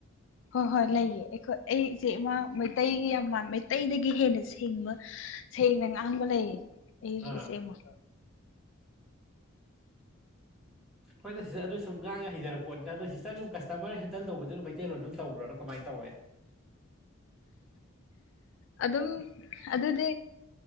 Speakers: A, on the left; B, in the centre.
A: ꯍꯣꯏ ꯍꯣꯏ ꯂꯩꯌꯦ ꯑꯩꯈꯣꯏ ꯑꯩꯁꯦ ꯏꯃ ꯃꯩꯇꯩ ꯌꯥꯝꯥꯟ ꯃꯩꯇꯩꯗꯒꯤ ꯍꯦꯟꯅ ꯁꯦꯡꯕ ꯁꯦꯡꯅ ꯉꯥꯡꯕ ꯂꯩꯌꯦ ꯑꯩꯒꯤ
B: ꯑꯥ
A: ꯏꯆꯦ ꯑꯃ
B: ꯍꯣꯏ ꯅ ꯁꯤꯇꯔ ꯑꯗꯨ ꯁꯨꯝ ꯉꯥꯡꯉ ꯍꯩꯖꯔꯛꯄꯅꯤꯅ ꯑꯗꯣ ꯁꯤꯁꯇꯔ ꯁꯨꯝ ꯀꯁꯇꯃꯔ ꯍꯦꯟꯗꯜ ꯇꯧꯕꯗꯨ ꯑꯗꯨꯅ ꯃꯩꯇꯩꯂꯣꯟ ꯑꯗꯨꯝ ꯇꯧꯕ꯭ꯔꯣꯅ ꯀꯃꯥꯏ ꯇꯧꯋꯦ
A: ꯑꯗꯨꯝ ꯑꯗꯨꯗꯤ